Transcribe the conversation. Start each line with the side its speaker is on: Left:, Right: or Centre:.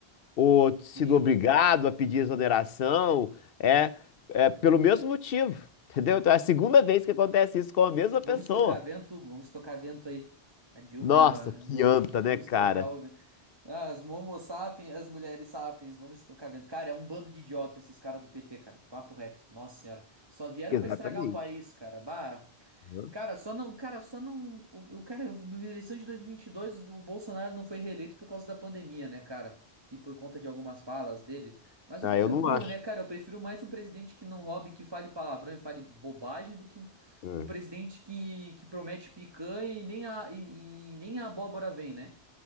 Left: ou sido
Right: Sim.
Left: obrigado a pedir exoneração, é, é pelo mesmo motivo, <laughs> entendeu? Então é a segunda vez que acontece isso com a mesma
Right: Vamos
Left: pessoa.
Right: estocar vento, Hugo. Vamos estocar vento aí. A Dilma
Left: Nossa,
Right: aí, ó.
Left: que
Right: e
Left: anta,
Right: Pete, Vamos
Left: né, cara?
Right: estocar o vento. Ah, as Momo sapiens, as mulheres sapiens. Vamos estocar vento. Cara, é um bando de idiota esses caras do PT, cara. Papo reto. Nossa senhora. Só vieram
Left: Exatamente.
Right: pra estragar o país, cara. Bah.
Left: Uhum.
Right: Cara, só não, cara, só não, o, o cara, eu- na eleição de 2022, o Bolsonaro não foi reeleito por causa da pandemia, né, cara? E por conta de algumas falas dele. Mas
Left: Ah,
Right: o povo
Left: eu
Right: é
Left: não
Right: burro,
Left: acho.
Right: né, cara? Eu prefiro mais um presidente que não roube, que fale palavrão e fale bobagem, do que um,
Left: É.
Right: um presidente que, que promete picanha e nem a, e, e nem a abóbora vem, né?